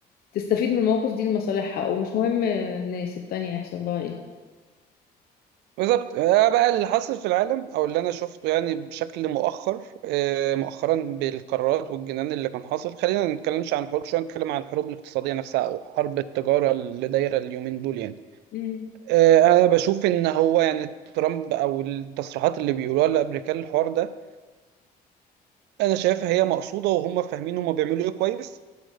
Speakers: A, on the left; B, on the right.
A: تستفيد من المواقف دي لمصالحها ومش مهم الناس التانية يحصل لها ايه
B: بالظبط آه بقى اللي حاصل في العالم او اللي انا شفته يعني بشكل مؤخر آه مؤخرا بالقرارات والجنان اللي كان حاصل خلينا ما نتكلمش عن الحروب شويه نتكلم عن الحروب الاقتصاديه نفسها او حرب التجاره اللي دايره اليومين دول يعني
A: امم
B: آه انا بشوف ان هو يعني ترامب او التصريحات اللي بيقولوها الامريكان الحوار ده انا شايفها هي مقصوده وهم فاهمين هم بيعملوا ايه كويس